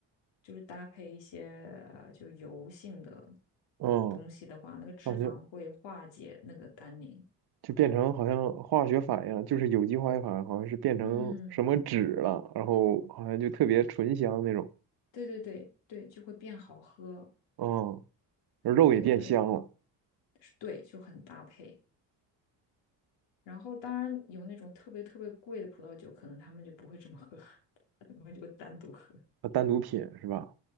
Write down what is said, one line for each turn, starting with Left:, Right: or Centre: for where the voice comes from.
Left: 就是搭配一些呃就油性的
Right: 嗯，
Left: 东西的话，那个脂肪会化解那个单宁。
Right: 感觉就变成好像化学反应，就是有机化学反应，好像是变成什么酯了，
Left: 嗯，
Right: 然后好像就特别醇香那种。
Left: 对对对对，就会变好喝。
Right: 嗯，而肉也变香了，
Left: 对对是对，就很搭配。然后当然有那种特别特别贵的葡萄酒，可能他们就不会这么喝，<laughs> 他们就会单独喝。
Right: 单独品是吧？